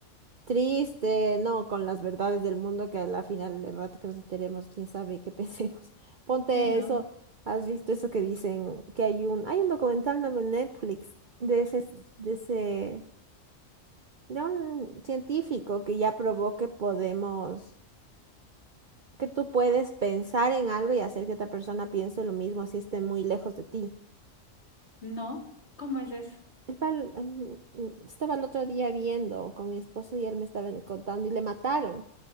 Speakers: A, on the right; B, on the left.
A: Triste, no, con las verdades del mundo que a la final del rato que nos enteremos, quién sabe qué pensemos. <laughs> Ponte
B: Sí, no.
A: eso, ¿has visto eso que dicen que hay un hay un documental nuevo en Netflix de ese de ese de un científico que ya probó que podemos que tú puedes pensar en algo y hacer que otra persona piense lo mismo si esté muy lejos de ti.
B: No, ¿cómo es eso?
A: Estaba El pal- mm, mm, estaba el otro día viendo con mi esposo y él me estaba contando y le mataron.